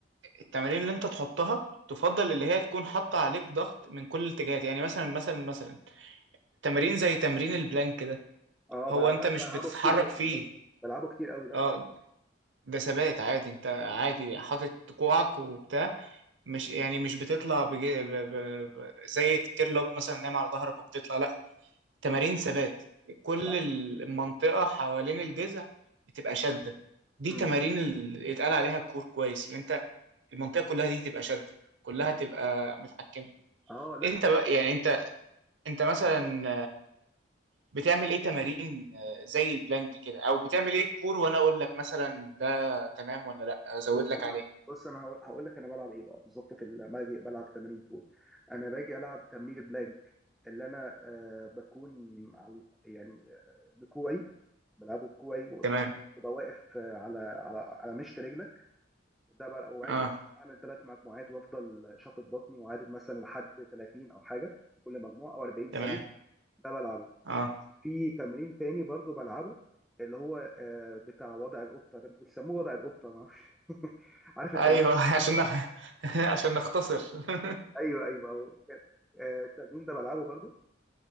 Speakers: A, on the right; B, in the centre.
A: التمارين اللي انت تحطها تفضل اللي هي تكون حاطه عليك ضغط من كل الاتجاهات يعني مثلا مثلا مثلا تمارين زي تمرين البلانك ده
B: اه
A: هو
B: بلعب
A: انت مش
B: بلعبه
A: بتتحرك
B: كتير جدا
A: فيه
B: ده بلعبه كتير قوي ده
A: اه
B: اه
A: ده ثبات عادي انت عادي حاطط كوعك وبتاع مش يعني مش بتطلع بجي ب... ب... ب... زي الكيرلوب مثلا نايم على ظهرك وبتطلع لا تمارين ثبات كل
B: صح
A: المنطقة حوالين الجذع بتبقى شدة دي
B: امم
A: تمارين اللي اتقال عليها الكور كويس اللي انت المنطقة كلها دي تبقى شدة كلها تبقى متحكمة
B: اه لا
A: انت بقى يعني انت انت مثلا بتعمل ايه تمارين زي البلانك كده او بتعمل ايه الكور وانا اقول لك مثلا ده تمام ولا لا ازود
B: بص
A: لك
B: انا
A: عليه
B: بص انا هقول هقول لك انا بلعب ايه بقى بالظبط في ال- لما باجي بلعب تمارين كور انا باجي العب تمرين البلانك اللي انا آه بكون على يعني آه، بكوعي بلعبه بكوعي
A: تمام
B: وببقى واقف آه، على على على مشط رجلك ده بقى وعد
A: اه
B: نفسي اعمل ثلاث مجموعات وافضل شافط بطني وعادد مثلا لحد 30 او حاجه في كل مجموعه او 40 ثانيه
A: تمام
B: ده بلعبه
A: اه
B: في تمرين تاني برضو بلعبه اللي هو آه، بتاع وضع القطه ده انتوا بتسموه وضع القطه ما اعرفش <laughs> عارف التمرين
A: ايوه <laughs> عشان نخ... <laughs> عشان نختصر <laughs>
B: ايوه ايوه هو كان- آه، التمرين ده بلعبه برضو